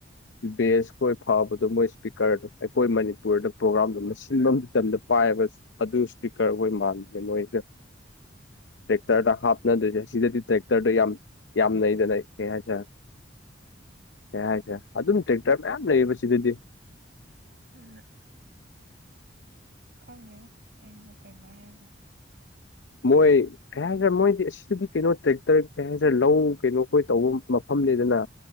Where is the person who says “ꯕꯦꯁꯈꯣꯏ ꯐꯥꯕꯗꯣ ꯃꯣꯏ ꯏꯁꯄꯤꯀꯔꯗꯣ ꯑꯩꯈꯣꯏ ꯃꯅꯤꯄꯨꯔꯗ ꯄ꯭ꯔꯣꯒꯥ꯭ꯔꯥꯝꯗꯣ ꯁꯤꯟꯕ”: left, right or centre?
Left